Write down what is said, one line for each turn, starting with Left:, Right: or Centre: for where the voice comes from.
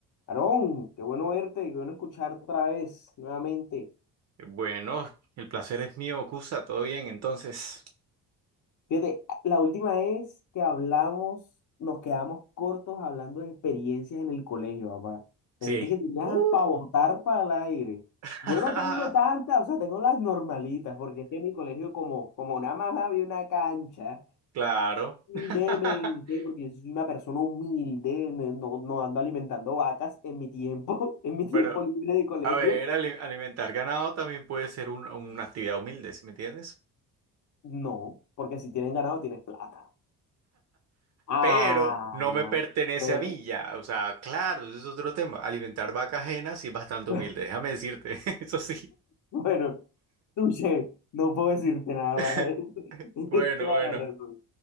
Left: Aarón, qué bueno verte, qué bueno escucharte otra vez, nuevamente.
Right: Bueno, el placer es mío, Cusa. ¿Todo bien entonces?
Left: Fíjate, la última vez que hablamos, nos quedamos cortos hablando de experiencias en el colegio, papá.
Right: Sí.
Left: Me dijiste que tenías
Right: Uf.
Left: para botar para el aire.
Right: <laughs>
Left: Yo no tengo tantas, o sea, tengo las normalitas, porque es que en mi colegio, como, como nada más había una cancha,
Right: Claro.
Left: humildemente,
Right: <laughs>
Left: porque yo soy una persona humilde, no, no no ando alimentando vacas en mi tiempo, <laughs> en mi tiempo
Right: Pero,
Left: libre de colegio.
Right: a ver, ali- alimentar ganado también puede ser un- una actividad humilde, ¿sí me entiendes?
Left: No, porque si tienen ganado, tienes plata. Ah,
Right: Pero no me pertenece
Left: pero,
Right: a mí ya. O sea, claro, ese es otro tema. Alimentar vacas ajenas sí es bastante
Left: <laughs>
Right: humilde, déjame decirte. <laughs> Eso sí.
Left: bueno, touché, no puedo decirte nada
Right: <laughs>
Left: para eso. <laughs> Tienes
Right: Bueno,
Left: toda
Right: bueno.
Left: la razón.